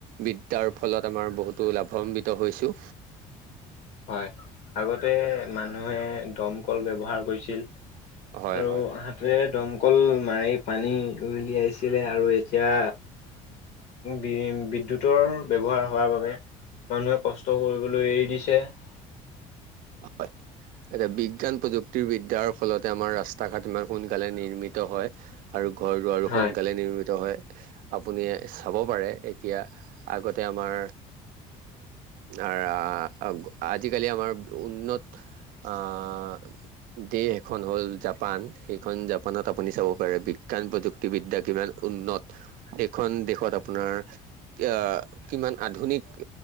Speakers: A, on the right; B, on the left.
A: বিদ্যাৰ ফলত আমাৰ বহুতো লাভান্বিত হৈছোঁ।
B: হয় আগতে মানুহে দমকল ব্যৱহাৰ কৰিছিল।
A: হয়
B: আৰু
A: হয়
B: হাতে দমকল মাৰি পানী উলিয়াইছিলে আৰু এতিয়া বি-বিদ্যুতৰ ব্যৱহাৰ হোৱাৰ বাবে মানুহে কষ্ট কৰিবলৈ এৰি দিছে। <unintelligible>
A: হয় এতিয়া বিজ্ঞান প্ৰযুক্তি বিদ্যাৰ ফলতে আমাৰ ৰাস্তাঘাট ইমান সোনকালে নিৰ্মিত হয় আৰু ঘৰ দুৱাৰো
B: হয়
A: সোনকালে নিৰ্মিত হয় আপুনি চাব পাৰে এতিয়া আগতে আমাৰ অহ আহ আজিকালি আমাৰ উন্নত আহ দিয়ে খন হ'ল জাপান সেইখন জাপানত আপুনি চাব পাৰে বিজ্ঞান প্ৰযুক্তিবিদ্যা কিমান উন্নত। সেইখন দেশত আপোনাৰ এ কিমান আধুনিক